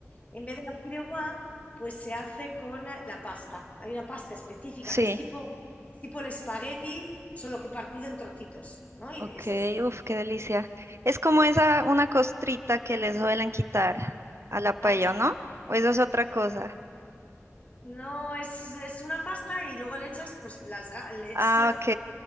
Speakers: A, on the left; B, on the right.
A: En vez de la fideuá, pues se hace con la pasta. Hay una pasta específica
B: sí,
A: que es tipo, es tipo el espagueti, solo que partido en trocitos, ¿no? Y
B: ok,
A: es así.
B: uf, qué delicia. Es como esa, una costrita que les suelen quitar a la paella,
A: Ah,
B: ¿no? ¿O eso es otra cosa?
A: No, es, es una pasta y luego le echas, pues, las, ga- le echas
B: Ah,
A: el
B: ok,